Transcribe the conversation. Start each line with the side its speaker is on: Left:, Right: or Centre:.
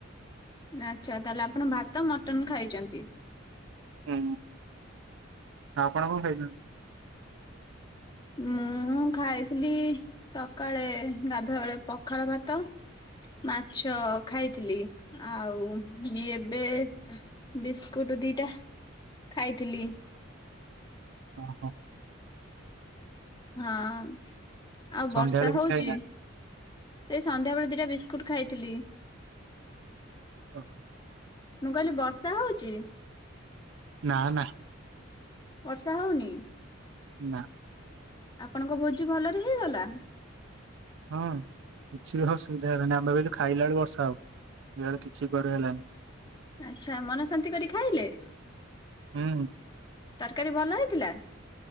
Left: ଆଛା ତାହେଲେ ଆପଣ ଭାତ ମଟନ ଖାଇଛନ୍ତି।
Right: ହୁଁ ହ ଆପଣ କଣ ଖାଇଛନ୍ତି?
Left: ଉୁଁ ମୁଁ ଖାଇଥିଲି ସକାଳେ ଗାଧୁଆବେଳେ ବେଳେ ପଖାଳ ଭାତ ମାଛ ଖାଇଥିଲି ଆଉ ଏବେ ବିସ୍କୁଟ ଦିଟା ଖାଇଥିଲି।
Right: ହଁ ହୋ।
Left: ହଁ ଆଉ
Right: ସନ୍ଧ୍ୟାବେଳେ
Left: ବର୍ଷା
Right: କିଛି
Left: ହଉଚି।
Right: ଖାଇନା
Left: ସେ ସନ୍ଧ୍ୟାବେେଳେ ଦିଟା ବିସ୍କୁଟ ଖାଇଥିଲି।
Right: ହ
Left: ମୁଁ କହିଲି ବର୍ଷା ହଉଛି।
Right: ନା ନା।
Left: ବର୍ଷା ହଉନି?
Right: ନା।
Left: ଆପଣଙ୍କ ଭୋଜି ଭଲରେ ହେଇଗଲା।
Right: ହଁ କିଛି ବି ଅସୁବିଧା ହେଲାନି ଆମେ ଭାବିଲୁ ଖାଇଲା ବେଳକୁ ବର୍ଷା ହବ। ଇଆଡ଼େ କିଛି କୁଆଡୁ ହେଲାନି।
Left: ଆଛା ମନ ଶାନ୍ତି କରି ଖାଇଲେ ତରକାରୀ
Right: ହୁଁ
Left: ଭଲ ହେଇଥିଲା।